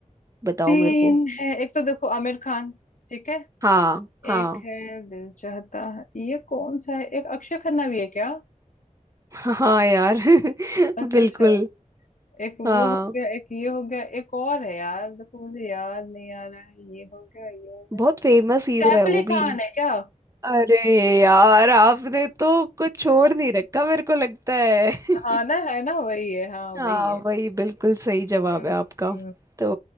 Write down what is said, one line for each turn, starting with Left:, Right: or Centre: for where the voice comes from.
Right: बताओ
Left: तीन
Right: मेरे को
Left: है एक तो देखो आमिर खान ठीक है
Right: हाँ हाँ
Left: एक है दिल चाहता है ये कौन सा है एक अक्षय खन्ना भी है क्या
Right: <laughs> हाँ यार
Left: अच्छा
Right: <laughs> बिल्कुल
Left: अच्छा एक वो
Right: हाँ
Left: हो गया एक ये हो गया एक और है यार देखो मुझे याद नहीं आ रहा है ये हो गया ये हो गया
Right: बहुत फेमस हीरो
Left: सैफ
Right: है वो
Left: अली
Right: भी
Left: खान है क्या
Right: अरे यार आपने तो कुछ छोड़ नहीं रखा मेरे को लगता है
Left: हाँ
Right: <laughs>
Left: ना है ना वही है हाँ वही
Right: हाँ
Left: है
Right: वही बिल्कुल सही जवाब
Left: हम्म
Right: है आपका
Left: हम्म।
Right: तो